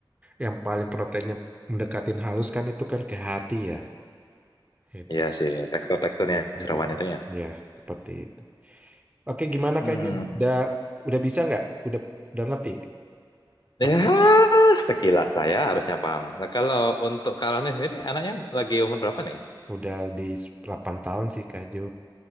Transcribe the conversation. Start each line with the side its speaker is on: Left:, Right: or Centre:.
Right: yang paling proteinnya mendekatin halus kan itu kan ke hati ya itu
Left: Iya sih, tekstur-teksturnya
Right: dekat
Left: jeroan itu ya.
Right: ya seperti itu oke gimana
Left: Hmm.
Right: Kak Jo udah udah bisa nggak udah udah ngerti atau
Left: Ya, sekilas lah ya harusnya paham. Nah, kalau untuk Karolnya sendiri, anaknya lagi umur berapa nih?
Right: udah di 8 tahun sih Kak Jo